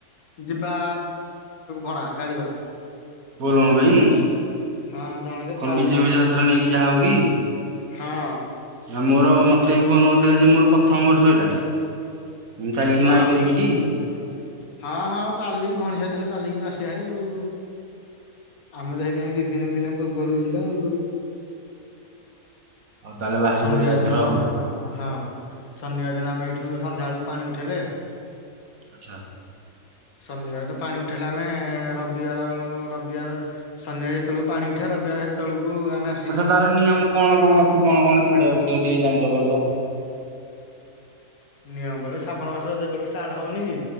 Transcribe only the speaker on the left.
ଯିବା ଭଡା ଗାଡି ଭଡା
ହଁ ଜଣକେ
ଛଅଶହ
ନେଖା
ହଁ
ହଁ
ହଁ ହଁ ଚାଲିକି ଘଣିଷା ସାଥିରେ ଚାଲିକି ତ ଆସିବା ହାରି ଆଉ ଆମେ ସେଇଥିପାଇଁ ଦି ତିନି ଦିନ ପୂର୍ବରୁ ଯିବା ଆଉ
ଶନିବାର
ଦିନ
ହଁ ଶନିବାର ଦିନ ଆମେ ଏଇଠୁ ସନ୍ଧ୍ୟା ବେଳକୁ ପାଣି ଉଠେଇଲେ
ଶନିବାର ତ ପାଣି ଉଠେଇଲା ଆମେ ରବିବାର ରବିବାର ଶନିବାର ଯେତେବେଳକୁ ପାଣି ଉଠେଇବା ରବିବାର ହେତେବେଳକୁ ଆମେ ଆ
ନିୟମ ବୋଲେ ଶ୍ରାବଣ ମାସ ଯେବେଠୁ ଷ୍ଟାର୍ଟ ହବନି କି